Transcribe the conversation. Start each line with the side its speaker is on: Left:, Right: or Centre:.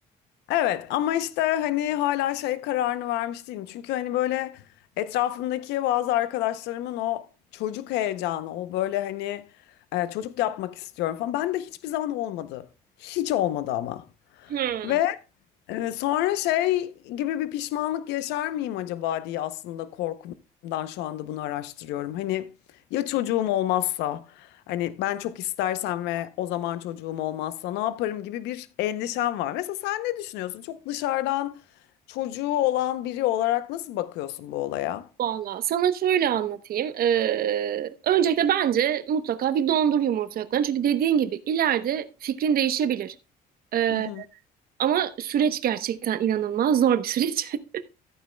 Left: Evet ama işte hani hala şey kararını vermiş değilim. Çünkü hani böyle etrafımdaki bazı arkadaşlarımın o çocuk heyecanı, o böyle hani e, çocuk yapmak istiyorum falan. Ben de hiçbir zaman olmadı. Hiç olmadı ama.
Right: Hmm.
Left: Ve Ee, sonra şey gibi bir pişmanlık yaşar mıyım acaba diye aslında korkumdan şu anda bunu araştırıyorum. Hani ya çocuğum olmazsa, hani ben çok istersem ve o zaman çocuğum olmazsa ne yaparım gibi bir endişem var. Mesela sen ne düşünüyorsun? Çok dışarıdan çocuğu olan biri olarak nasıl bakıyorsun bu olaya?
Right: Valla sana şöyle anlatayım. Ee, öncelikle bence mutlaka bir dondur yumurta yumurtalıklarını. Çünkü dediğin gibi ileride fikrin değişebilir. Ee,
Left: Hı hı.
Right: ama süreç gerçekten inanılmaz zor bir süreç. <laughs>